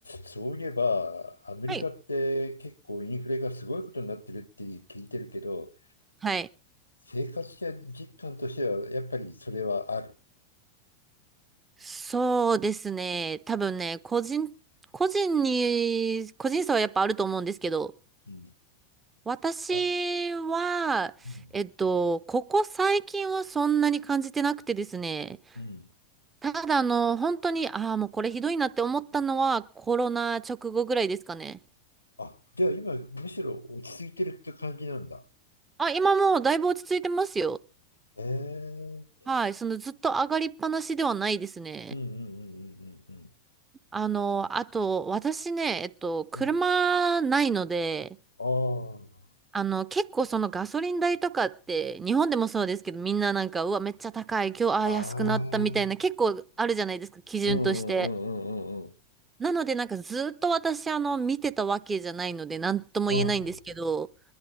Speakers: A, on the left; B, on the right.
A: そういえば、アメリカって結構インフレがすごいことになってるって聞いてるけど、
B: はい。はい。
A: 生活実感としてはやっぱりそれはある。
B: そうですね。多分ね、個人、個人に、個人差はやっぱあると思うんですけど、
A: うん。
B: 私は、
A: あ、うん。
B: えっと、ここ最近はそんなに感じてなくてですね、
A: うん。
B: ただあの、本当に、ああ、もうこれひどいなって思ったのはコロナ直後ぐらいですかね。
A: あ、じゃあ今、むしろ落ち着いてるって感じなんだ。
B: あ、今もうだいぶ落ち着いてますよ。
A: ええ
B: はい、そのずっと上がりっぱなしではないですね。
A: うんうんうんうんうん
B: あの、あと、私ね、えっと、車ないので、
A: うん。うん。あ
B: あの、結構そのガソリン代とかって、日本でもそうですけど、みんななんか、うわ、めっちゃ高い、今日、ああ、
A: あ。ああ。
B: 安くなったみたいな、結構あるじゃないですか、基準として。
A: うんうんうんうんうんうん。
B: なので、なんかずっと私、あの、見てたわけじゃないので、なんとも言えないんですけど、
A: ああ。